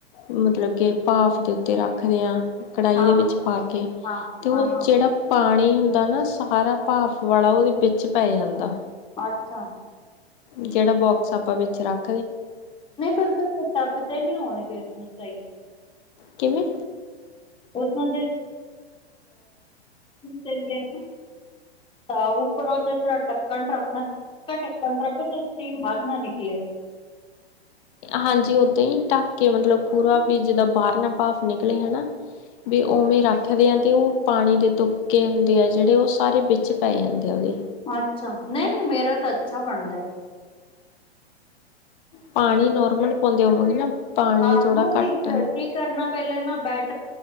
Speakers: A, on the left (about 50°); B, on the left (about 15°).
A: ਮਤਲਬ ਕਿ ਭਾਫ ਦੇ ਉੱਤੇ ਰੱਖਦੇ ਹਾਂ ਕੜਾਹੀ
B: ਹਾਂ
A: ਦੇ ਵਿੱਚ
B: ਹਾਂ
A: ਪਾ ਕੇ
B: ਹਾਂ
A: ਤੇ ਉਹ
B: ਹਾਂ ਹਾਂ
A: ਜੇਹੜਾ ਪਾਣੀ ਹੁੰਦਾ ਨਾ ਸਾਰਾ ਭਾਫ਼ ਵਾਲਾ ਉਹਦੇ ਵਿੱਚ ਪੈ ਜਾਂਦਾ
B: ਅੱਛਾ।
A: ਜਿਹੜਾ ਬੋਕਸ ਆਪਾਂ ਵਿੱਚ ਰੱਖ
B: ਨਹੀਂ ਫਿਰ ਥੱਕ ਦੇ ਨੀ ਹੋਣਗੇ ਉਸਨੂੰ ਸਹੀ
A: ਕਿਵੇਂ?
B: ਉਸ ਜ ਦਿੰਦੇ ਨਾ ਤਾਂ ਉੱਪਰੋਂ ਜ ਤ ਟਕਣ ਰੱਖਣਾ ਟਕਣ ਰੱਖ ਜੋ ਸਟੀਮ ਬਾਹਰ ਨਾ ਨਿਕਲੇ
A: ਹਾਂਜੀ ਉਦਾਂ ਹੀ ਢੱਕ ਕੇ ਮਤਲਬ ਪੂਰਾ ਵੀ ਜਿੱਦਾਂ ਬਾਹਰ ਨਾ ਪਾ ਨਿਕਲੇ ਹਨਾ ਵੀ ਉਹਵੇਂ ਰੱਖ ਹਵਿਆ ਤੇ ਉਹ ਪਾਣੀ ਦੇ ਤੁੁਪਕੇ ਹੁੰਦੇ ਆ ਜਿਹੜੇ ਉਹ ਸਾਰੇ ਵਿੱਚ ਪੈ ਜਾਂਦੇ ਆ ਉਹਦੇ
B: ਅੱਛਾ ਨਹੀਂ-ਨਹੀਂ ਮੇਰਾ ਤਾਂ ਅੱਛਾ ਬਣਦਾ
A: ਪਾਣੀ ਨੋਰਮਲ ਪਾਉਂਦੇ ਹੋਵੋਗੇ ਨਾ ਪਾਣੀ
B: ਹਾਂ
A: ਥੋੜ੍ਹਾ
B: ਨਹੀਂ ਨਹੀਂ
A: ਘੱਟ
B: ਕੀ ਕਰਨਾ ਪਹਿਲੇ ਨਾ ਬੈਟ